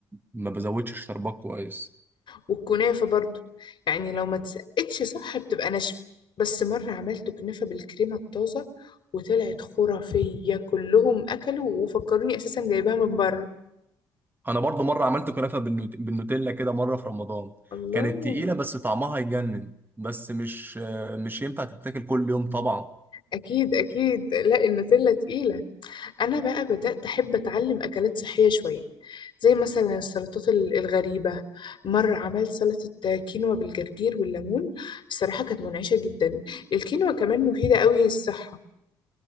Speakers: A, on the right; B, on the left.
A: ما بزودش الشربات كويس
B: والكنافة برضو يعني لو ما اتسقتش صح بتبقى ناشفة بس مرة عملت كنافة بالكريمة الطازة وطلعت خرافية كلهم أكلوا وفكروني أساسا جايباها من بره
A: أنا برضو مرة عملت كنافة بالنوت- بالنوتيلا كده مرة في رمضان
B: الله
A: كانت تقيلة بس طعمها يجنن بس مش مش ينفع تتاكل كل يوم طبعا
B: أكيد أكيد لا النوتيلا تقيلة أنا بقى بدأت أحب أتعلم أكلات صحية شوية زي مثلا السلطات ال- الغريبة مرة عملت سلطة كينوا بالجرجير والليمون الصراحة كانت منعشة جدا الكينوا كمان مفيدة قوي للصحة